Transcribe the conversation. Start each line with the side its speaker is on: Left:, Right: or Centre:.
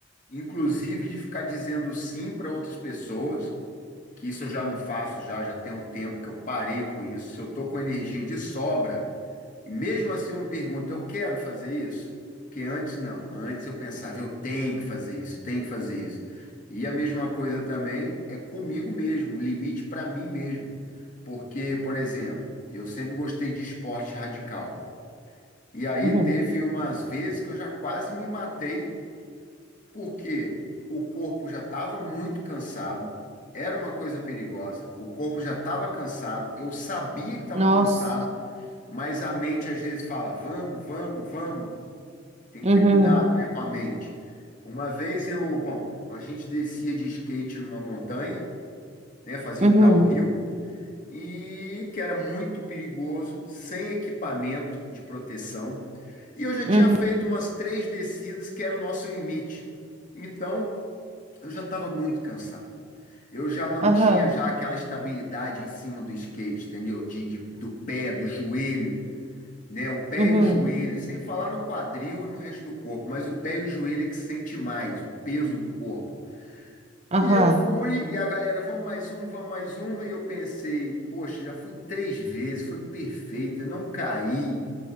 Left: inclusive de ficar dizendo sim para outras pessoas, que isso eu já não faço já, já tem um tempo que eu parei com isso. Se eu tô com energia de sobra, E mesmo assim eu me pergunto, eu quero fazer isso? Que antes não. Antes eu pensava, eu tenho que fazer isso, tenho que fazer isso. E a mesma coisa também é comigo mesmo, o limite para mim mesmo. Porque, por exemplo, eu sempre gostei de esporte radical. E aí
Right: Uhum.
Left: teve umas vezes que eu já quase me matei porque o corpo já estava muito cansado, era uma coisa perigosa, o corpo já estava cansado, eu sabia que estava
Right: Nossa.
Left: cansado, mas a mente às vezes fala: vamos, vamos, vamos. Tem
Right: Uhum.
Left: que ter cuidado, né, com a mente. Uma vez eu, bom, a gente descia de skate numa montanha, né, fazia
Right: Uhum.
Left: um downhill. E que era muito perigoso, sem equipamento de proteção. E eu já tinha
Right: Uhum.
Left: feito umas três descidas, que era o nosso limite. Então, eu já estava muito cansado. Eu já não
Right: Aham.
Left: tinha já aquela estabilidade em cima do skate, entendeu? De, de- do pé, do joelho, né? O pé
Right: Uhum.
Left: e o joelho, sem falar no quadril e no resto do corpo, mas o pé e o joelho é que sente mais, o peso do corpo.
Right: Aham.
Left: E eu fui, e a galera, vamos mais um, vamos mais uma, e eu pensei, poxa, já fui três vezes, foi perfeita, não caí